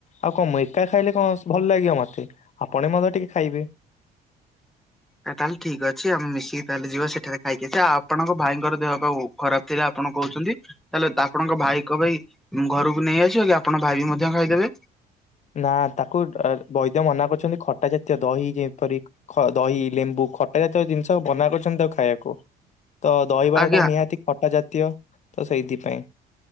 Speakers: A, on the left; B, in the centre.
A: ଆଉ କଣ ମୁଁ ଏକା ଖାଇଲେ କଣ ଭଲ ଲାଗିବ ମତେ ଆପଣ ମଧ୍ୟ ଟିକେ ଖାଇବେ।
B: ଆ ତାହେଲେ ଠିକ ଅଛି ଆମେ ମିଶିକି ତାହେଲେ ଯିବା ସେଠାରେ ଖାଇକି ଆସିବା। ଆଉ ଆପଣଙ୍କ ଭାଇଙ୍କର ଦେହ ବେଉ ଖରାପ ଥିଲା ଆପଣ କହୁଛନ୍ତି। ତାହେଲେ ଆପଣଙ୍କ ଭାଇ କ ପାଇଁ ଘରକୁ ନେଇ ଆସିବ କି ଆପଣଙ୍କ ଭାଇ ବି ମଧ୍ୟ ଖାଇଦେବେ?
A: ନା ତାକୁ ବୈଦ୍ୟ ମନା କରୁଛନ୍ତି ଖଟା ଜାତୀୟ ଦହି ଯେପରି ଖ ଦହି ଲେମ୍ବୁ ଖ ଖଟା ଜାତୀୟ ଜିନିଷ ମନା କରିଛନ୍ତି ତାକୁ ଖାଇବାକୁ ତ ଦହିବାର
B: ଆଜ୍ଞା
A: ଟା ନିହାତି ଖଟା ଜାତୀୟ। ତ ସେଇଥିପାଇଁ।